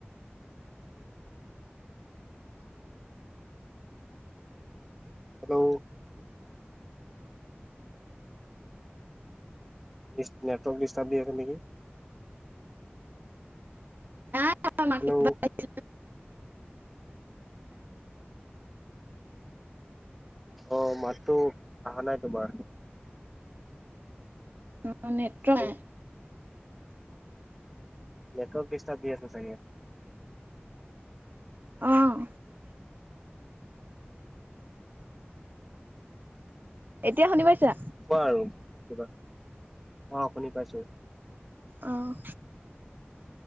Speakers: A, in the centre; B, on the right.
A: হেল্ল। ডিচ নেটৱৰ্ক ডিষ্টাৰ্ব দি আছে নেকি?
B: <inaudible>
A: হেল্ল' অঁ, মাততো আহা নাই তোমাৰ।
B: অঁ নেতটো
A: হেল্ল'
B: নাই।
A: নেটৱৰ্ক ডিষ্টাৰ্ব দি আছে চাগে?
B: অঁহ এতিয়া শুনি পাইছা?
A: কোৱা আৰু কিবা, অঁ শুনি পাইছো।
B: অঁহ।